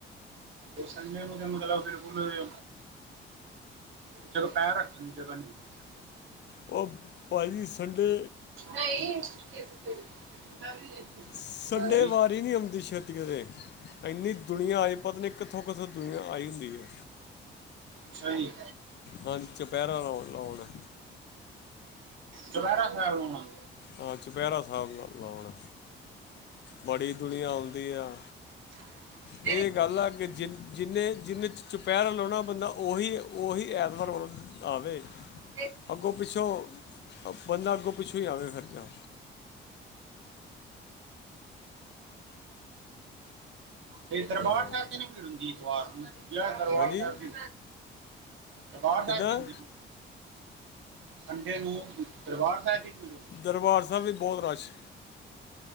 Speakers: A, on the right; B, on the left.
A: ਉਹ ਸੰਡੇ ਨੂੰ ਮਤਲਬ ਬਿਲਕੁਲ ਵੀ ਉਥੇ ਪੈਰ ਰੱਖਣ ਦੀ ਜਗ੍ਹਾ ਨਹੀਂ ਸੀ। ਸੰਡੇ ਨੂੰ
B: ਉਹ ਭਾਅ ਜੀ। ਸੰਡੇ
A: <unintelligible>
B: ਸੰਡੇ
A: ਹਾਂਜੀ
B: ਵਾਰੀ ਨਹੀਂ ਆਉਂਦੀ। ਛੇਤੀ ਕਿਤੇ ਇੰਨੀ ਦੁਨੀਆਂ ਆਈ। ਪਤਾ ਨੀ, ਕਿੱਥੋਂ -ਕਿੱਥੋਂ ਦੁਨੀਆਂ ਆਈ ਹੁੰਦੀ ਐ।
A: ਅੱਛਾ ਜੀ
B: ਹਾਂਜੀ। ਚੁਪਹਿਰਾ ਲਾਉਣ- ਲਾਉਣ
A: ਚੋਪਿਹਰਾ ਸਹਿਬ ਲਾਉਣ।
B: ਆ ਚੁਪਹਿਰਾ ਸਾਹਿਬ ਲਾਉਣ। ਬੜੀ ਦੁਨੀਆਂ ਆਉਂਦੀ ਆ।
A: <inaudible>
B: ਇਹ ਗੱਲ ਆ। ਕਿ ਜ ਜਿੰਨੇ -ਜਿੰਨੇ ਚੁਪਹਿਰਾ ਲੋਣਾ ਬੰਦਾ ਹੀ ਉਹੀ ਐਤਵਾਰ ਆਣ। ਆਵੇ।
A: <unintelligible> <unintelligible>
B: ਅੱਗੋਂ ਪਿੱਛੋਂ ਅ- ਬੰਦਾ ਅੱਗੋਂ ਪਿੱਛੋਂ ਹੀ ਆਵੇ ਫਿਰ ਜਾ
A: ਤੇ ਦਰਬਾਰ
B: ਹਾਂ
A: ਸਾਹਿਬ ਕਿ ਨ ਭੀੜ ਹੁੰਦੀ। ਐਤਵਾਰ ਨੂੰ? ਲੈ, ਦਰਬਾਰ
B: ਹਾਂਜੀ
A: ਸਾਹਿਬ ਵੀ, ਦਰਬਾਰ ਸਾਹਿਬ
B: ਕਿਦਾਂ
A: ਹੁੰਦੀਂ। ਸੰਡੇ ਨੂੰ ਦਰਬਾਰ ਸਾਹਿਬ ਦੀ ਭੀੜ ਹੁੰਦੀ।
B: ਦਰਬਾਰ ਸਾਹਿਬ ਵੀ ਬਹੁਤ ਰਸ਼